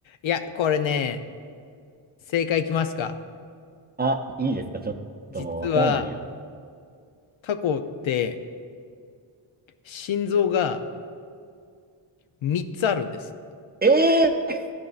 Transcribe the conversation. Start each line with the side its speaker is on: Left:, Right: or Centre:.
Left: いや、これね、正解いきますか。
Right: あ、いいですかちょっともうわからないや。
Left: 実は、タコって心臓が3つあるんです
Right: えー、